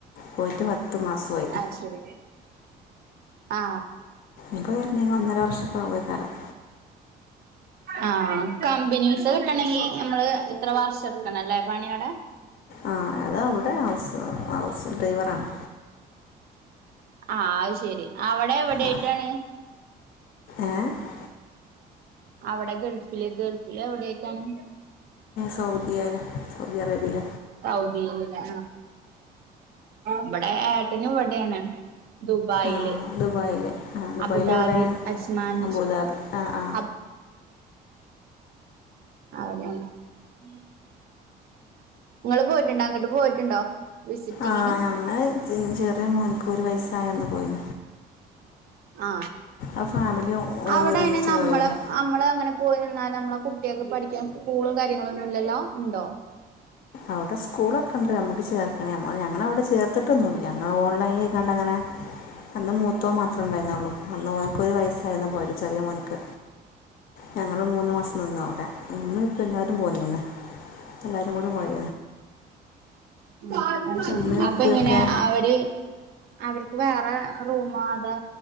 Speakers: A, on the left; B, on the right.
A: പോയിട്ട് പത്ത് മാസമായി
B: അ ശരി ആ
A: ഇപ്പോൾ വരണമെങ്കിൽ ഒന്നര വർഷമൊക്കെ ആവും കാരണം
B: ആ കമ്പനീസ് കിട്ടണങ്കി നമ്മള് ഇത്ര വർഷം എടുക്കണല്ലേ പണിയടെ
A: ആ അതാ അവിടെ ഹൗസ് ഹൗസ് ഡ്രൈവറാണ്
B: ആ അത് ശെരി അവിടെ എവിടൊയിട്ടാണ്
A: ആ ഏ
B: അവിടെ ഗൾഫില് ഗൾഫില് ഇവിടെയിട്ടാണ്
A: സൗദിയിൽ സൗദി അറേബ്യയിൽ
B: സൗദിൽ ലെ ഇവിടെ ഏ ട്ടൻ ഇവിടെയാണ് ദുബായില്
A: ആ ദുബായിൽ ആ ദുബായിൽ
B: അബുദാബി
A: എവിടെ
B: അജ്മാൻ
A: അബുദാബി ആ ആ
B: അ അഹ് <unintelligible> നിങ്ങള് പോയിട്ടുണ്ടോ അങ്ങട്ട് പോയിട്ടുണ്ടോ വിസിറ്റിങ്ങിന്
A: ആ ഞങ്ങൾ ചെറിയ മോന്ക് ഒരു വയസായപ്പോ പോയിൻ
B: ആ
A: ആ ഫാമിലി
B: അവിടെ
A: ഒരുമിച്ച്
B: അയിന് നമ്മൾ
A: പോയത്
B: നമ്മൾ അങ്ങനെ പോയി നിന്നാൽ നമ്മളെ കുട്ടികക്ക് പഠിക്കാൻ സ്കൂളും കാര്യങ്ങളും ഇല്ലല്ലോ ഉണ്ടോ
A: അവിടെ സ്കൂള ഒക്കെ ഉണ്ട് നമ്മുക്ക് ചേർക്കണേ ഞങ്ങൾ അവിടെ ചേർത്തിട്ടൊന്നുല്ല ഓൺലൈനിക്കാണ്ട്ങ്ങനെ അന്ന് മൂത്തോന് മാത്ര ഉണ്ടായിരുന്നുേള്ളൂ അന്ന് ഓനിക് ഒരു വയസ് <unintelligible> പോയത് ചെറിയ മോൻക് ഞങ്ങൾ മൂന്ന് മാസം നിന്നു അവിടെ <unintelligible> അപ്പോ എല്ലാരും പോന്നിന്ന് എല്ലാരും കൂടി പോയി
B: അതുശേരി
A: ഉമ്മയും
B: അപ്പ
A: ഉപ്പയൊക്കെ
B: എങ്ങനെ അവര് അവർക്ക് വേറെ റൂമോ അതോ